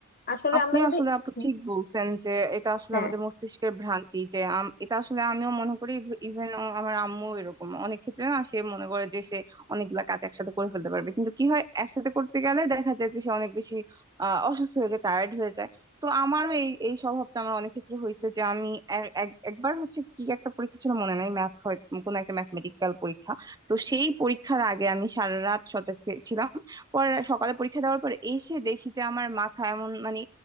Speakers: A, on the left (about 45°); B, on the right (about 15°).
A: আসলে
B: আপনি
A: আমরা যদি
B: আসলে আপু
A: হুম,
B: ঠিক বলছেন যে এটা আসলে
A: হ্যাঁ
B: আমাদের মস্তিষ্কের ভ্রান্তি যে আম- এটা আসলে আমিও মনে করি ইভেন আমার আম্মু এরকম অনেক ক্ষেত্রে না সে মনে করে যে সে অনেকগুলা কাজ একসাথে করে ফেলতে পারবে কিন্তু কি হয় একসাথে করতে গেলে দেখা যায় যে সে অনেক বেশি আহ অসুস্থ হয়ে যায় টায়ার্ড হয়ে যায় তো আমারও এই এই স্বভাবটা আমার অনেক ক্ষেত্রে হয়েছে যে আমি এক- এক- একবার হচ্ছে কি একটা পরীক্ষা ছিল মনে নাই ম্যাথ হয় কোনো একটা ম্যাথমেটিক্যাল পরীক্ষা তো সেই পরীক্ষার আগে আমি সারা রাত সজাগ থে- ছিলাম পরে সকালে পরীক্ষা দেওয়ার পর এসে দেখি যে আমার মাথা এমন মানে